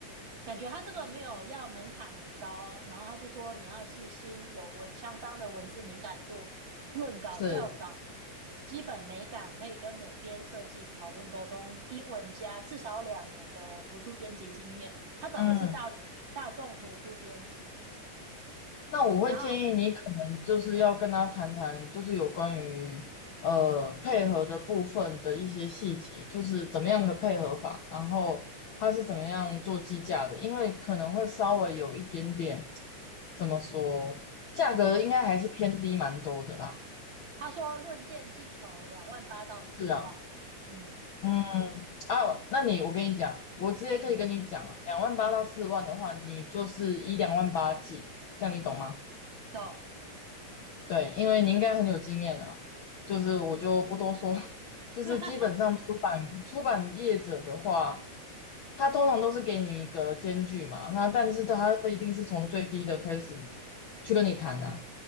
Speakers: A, on the right; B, on the left.
A: 感觉他这个没有要门槛很高，然后他就说你要细心，有文相当的文字敏感度，润稿校稿，
B: 是，
A: 基本美感可以跟美编设计讨论沟通，英文加至少两年的图书编辑经验。他找的是大大众图书编辑，
B: 嗯，那我会建议你可能就是要跟他谈谈，
A: 然后
B: 就是有关于呃配合的部分的一些细节，就是怎么样的配合法，然后他是怎么样做计价的，因为可能会稍微有一点点，怎么说，价格应该还是偏低蛮多的啦。
A: 嗯，他说论件计酬两万八到四万，
B: 是啊，
A: 嗯
B: 嗯，啊，那你我跟你讲，我直接可以跟你讲了，
A: 嗯，
B: 两万八到四万的话，你就是以两万八计，这样你懂吗？
A: 懂，
B: 对，因为你应该很有经验了，就是我就不多说，<laughs> 就是基本上出版出版业者的话，
A: <laughs>
B: 他通常都是给你一个间距嘛，那但是他一定是从最低的开始去跟你谈啊，